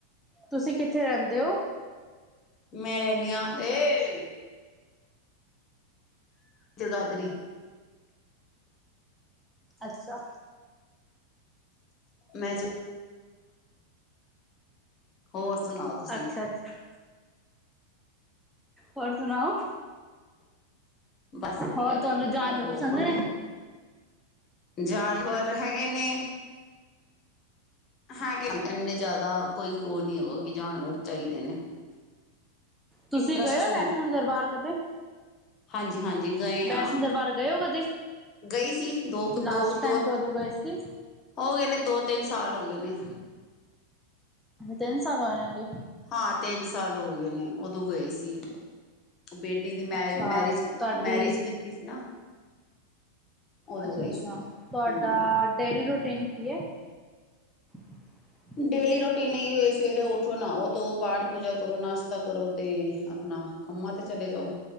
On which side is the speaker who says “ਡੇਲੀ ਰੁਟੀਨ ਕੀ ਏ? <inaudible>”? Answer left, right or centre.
Centre